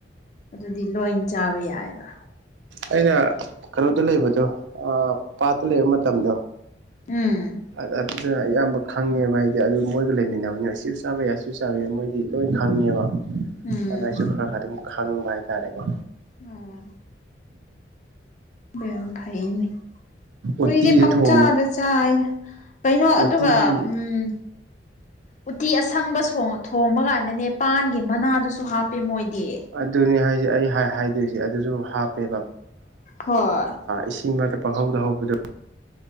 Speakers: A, on the left (about 40°); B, on the right (about 85°).
A: ꯑꯗꯨꯗꯤ ꯂꯣꯏ ꯆꯥꯕ ꯌꯥꯏꯕ
B: ꯑꯩꯅ ꯀꯩꯅꯣꯗ ꯂꯩꯕꯗꯣ ꯄꯥꯠꯇ ꯂꯩꯕ ꯃꯇꯝꯗꯣ
A: ꯎꯝ
B: ꯑꯗ ꯑꯗꯨꯅ ꯑꯌꯥꯝꯕ ꯈꯪꯉꯦꯕ ꯍꯥꯏꯗꯤ ꯑꯗꯨ ꯃꯣꯏꯒ ꯂꯩꯃꯤꯟꯅꯕꯅꯤꯅ ꯁꯤꯁꯨ ꯆꯥꯕ ꯌꯥꯏ ꯁꯤꯁꯨ ꯆꯥꯕ ꯌꯥꯏ ꯃꯣꯏꯗꯤ ꯂꯣꯏ ꯈꯪꯉꯦꯕ
A: ꯎꯝ
B: ꯑꯗꯨꯅ ꯑꯩꯁꯨ ꯈꯔ ꯈꯔ ꯑꯗꯨꯝ ꯈꯪꯕ ꯍꯥꯏꯇꯥꯔꯦꯀꯣ
A: ꯑꯣ ꯗꯌꯝ ꯐꯩꯅꯦ ꯀꯨꯏꯗꯤ
B: ꯎꯇꯤꯗ
A: ꯄꯪꯆꯥꯥꯗ
B: ꯊꯣꯡꯉꯨ
A: ꯆꯥꯏ ꯀꯩꯅꯣ ꯑꯗꯨꯒ
B: ꯎꯇꯤ
A: ꯎꯝ ꯎꯇꯤ ꯑ ꯑꯁꯪꯕ ꯊꯣꯡꯕ ꯀꯥꯟꯗꯅꯦ ꯄꯥꯟꯒꯤ ꯃꯅꯥꯗꯨꯁꯨ ꯍꯥꯞꯄꯦ ꯃꯣꯏꯗꯤ
B: ꯑꯗꯨꯅꯦ ꯍꯥꯏꯁꯦ ꯑꯩ ꯍꯥꯏꯗꯣꯏꯁꯦ ꯑꯗꯨꯁꯨ ꯍꯥꯞꯄꯦꯕ
A: ꯍꯣꯏ
B: ꯏꯁꯤꯡ ꯃꯔꯛꯇ ꯄꯥꯍꯧꯗ ꯍꯧꯕꯗ